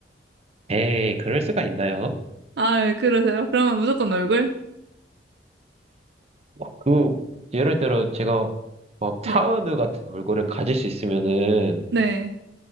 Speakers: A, on the right; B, on the right.
A: 에이 그럴 수가 있나요?
B: 아, 예, 그러세요? 그러면 무조건 얼굴?
A: 그, 예를 들어 제가 뭐 차은우
B: 네.
A: 같은 얼굴을 가질 수 있으면은,
B: 네.